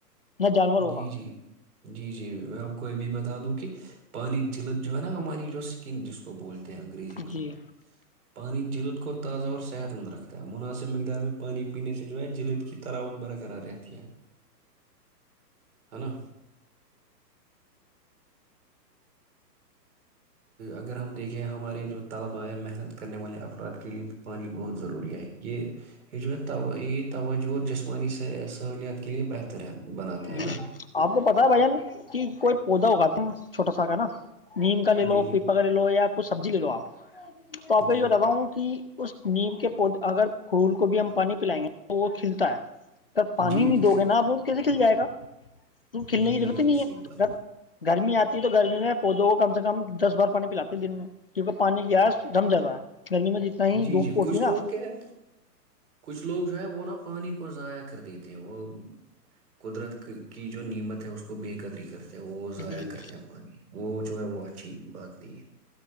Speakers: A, on the left (about 35°); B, on the right (about 60°).
A: نہ جانور ہوگا
B: جی جی جی جی میں آپ کو یہ بھی بتا دوں کہ پانی جلد جو ہے نا ہماری جو سکن جس کو بولتے ہیں انگریزی میں
A: جی
B: پانی تو جلت کو تازہ اور صحت مند رکھتا ہے مناسب مقدار میں پانی پینے سے جو ہے جلد کی تراوت برقرار رہتی ہے ہے نا اگر ہم دیکھیں ہمارے جو طلبہ آئے محنت کرنے والے افراد کے لیے تو پانی بہت ضروری آئے یہ یہ جو میں ت عید توجہ اور جسمانی سہولیات کے لئے بہتر ہے بناتا ہے
A: ج
B: نا
A: آپ کو پتا ہے بھن کہ کوئی ادا ہوگا تم چھوٹا سا ہوگا نا نیم کر ل
B: جی
A: لو
B: جی
A: پیپ ک لو یا <unintelligible> کچ سبزی لے لو آپ تو آپ کو
B: جی
A: یہ بتات ہوں کہ اس نیم کے پودے اگر پھول کو بھی ہم پانی پلائیں گے تو وہ کھلتا ہے س پانی
B: جی
A: نہیں
B: جی
A: دو گے
B: صحیح
A: نا اب <unintelligible> نکل جائے گا کھلنے
B: جی
A: کی ضرورت
B: جی
A: ہی نہیں
B: جی
A: ہے
B: صحیح بات
A: ا گرمی آتی تو گرمی میں پودوں کو کم سے کم دس بار پانی پلاتی ہے دن میں کیونکہ پانی گس دم جیادہ ہے گرمی میں جتنا ہی
B: جی
A: دھوپ
B: جی
A: ہوتی
B: کچھ
A: نا
B: لوگ کیا ہے کچھ لوگ جو ہے وہ نا پانی کو ضائع کر دیتے ہیں وہ قدرت کی جو نیمت ہے اس کو بے قدری کرتے <unintelligible> وہ ضاع
A: جی
B: کرتے ہیں پانی وہ جو ہے وہ اچھی بات نہیں ہے